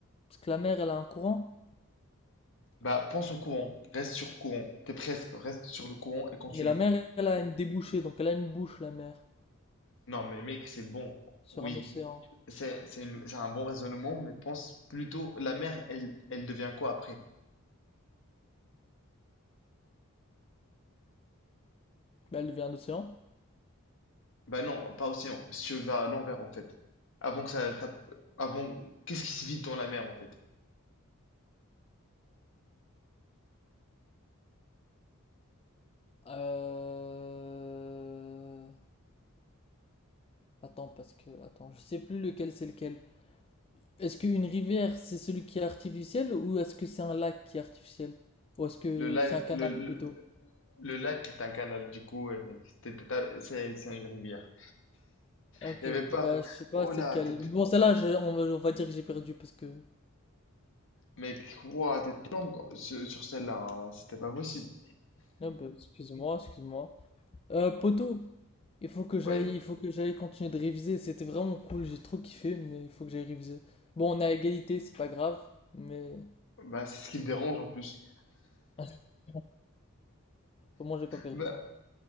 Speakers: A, on the left; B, on the left.
A: parce que la mer, elle a un courant.
B: Bah, pense au courant. Reste sur courant. T'es presque. Reste sur le courant et continue.
A: Et la mer, elle a une débouchée, donc elle a une bouche, la mer,
B: Non, mais mec, c'est bon.
A: sur
B: Oui,
A: un océan.
B: c'est c'est une- c'est un bon raisonnement, mais pense plutôt, la mère, elle, elle devient quoi après?
A: Bah, elle devient un océan.
B: Bah non, pas océan. Si je vais à l'envers, en fait. Avant que ça, ça- avant, qu'est-ce qui se vide dans la mer, en fait?
A: Euh... Attends, parce que... Attends, je sais plus lequel c'est lequel. Est-ce qu'une rivière, c'est celui qui est artificiel, ou est-ce que c'est un lac qui est artificiel? Ou est-ce que
B: Le lac,
A: c'est un canal
B: le, le,
A: plutôt?
B: le lac est un canal, du coup, ouais, mec, t'es- t'es- t'as- c'est c'est une rivière.
A: Ok,
B: Il n'y avait pas.
A: bah je sais pas
B: Oh
A: c'est
B: là,
A: lequel.
B: t'es-
A: Mais Bon, celle-là, je- on va, on va dire que j'ai perdu parce que.
B: mec, ouah, t'es long sur, sur celle-là, hein, C'était pas possible.
A: Ah bah, excuse-moi, excuse-moi. Euh, poto, il faut que j'aille,
B: Ouais,
A: il faut que j'aille continuer de réviser. C'était vraiment cool, j'ai trop kiffé, mais il faut que j'aille réviser. Bon, on est à égalité, c'est pas grave, mais
B: bah c'est ce qui me dérange en plus.
A: <laughs> au moins j'ai pas perdu.
B: Bah,